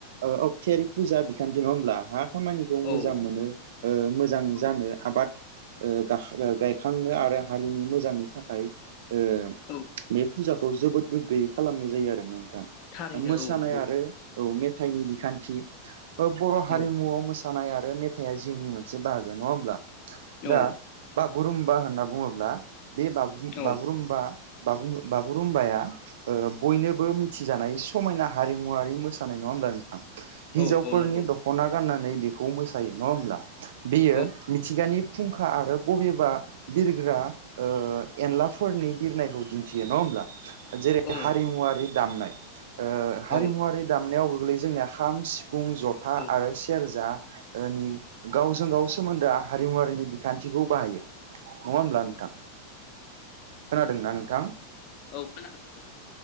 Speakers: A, on the right; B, on the left.
A: ओ अख्तियारि फुजा बि खान्थि नङा होमब्ला हा? खामानिखौ
B: औ
A: मोजां मोनो ओ मोजां
B: औ
A: जानो आबाद ओ गाखां गायखांनो आरो हारिनि मोजांनि थाखाय ओ
B: औ
A: बे फुजाखौ जोबोद गोग्गोयै खालामनाय जायो आरो नों थां।
B: थारैनो
A: दा मोसानाय
B: औ
A: आरो औ मेथाइनि बिखान थि ओ बर' हारिमुआव
B: औ
A: मोसानाय आरो मेथाइआ जिउनि मोनसे बाहागो नङा होमब्ला?
B: औ
A: दा बागुरुम बा होनना बुङोब्ला बे बागु
B: औ
A: बागुरुम्बा बागुरुम बागुरुम्बाया ओ बयनोबो मिथिजानाय समायना हारिमुवारि मोसानाय नङा होनब्ला नोंथां। हिनजावफोरनि
B: औ औ नंगौ
A: दख'ना गाननानै बेखौ मोसायो नङा होमब्ला। बियो
B: औ
A: मिथिंगानि फुंखा आरो बबेबा बिरग्रा ओ एनलाफोरनि बिरनायखौ दिन्थियो नङा होमब्ला। जेरै
B: औ
A: हारिमुवारि दामनाय ओ हारिमुवारि
B: औ
A: दामनायावबो जोंनिया खाम सि फुं जथा
B: औ
A: आरो सेरजा ओनि गावजों गाव सोमोन्दोआ हारिमुवारिनि बिखान्थिखौ बाहायो नङा होमब्ला नोंथां। खोनादों ना नोंथां?
B: औ खोनादों।